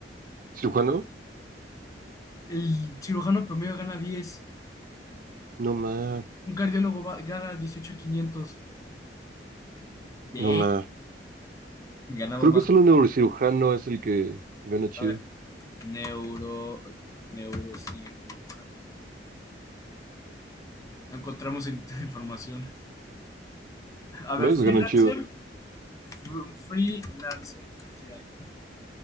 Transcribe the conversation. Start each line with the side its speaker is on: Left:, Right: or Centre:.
Right: ¿Cirujano?
Left: El cirujano promedio gana diez
Right: No más,
Left: Un cardiólogo va- gana dieciocho mil quinientos De.
Right: no más.
Left: Ganamos
Right: Creo
Left: más.
Right: que solo un neurocirujano es el que gana chido.
Left: A ver, neuro, neurocirujano. No encontramos in- <laughs> información. A
Right: ¿Ves?
Left: ver, freelancer,
Right: ganan chido.
Left: fr- freelancer, sí hay,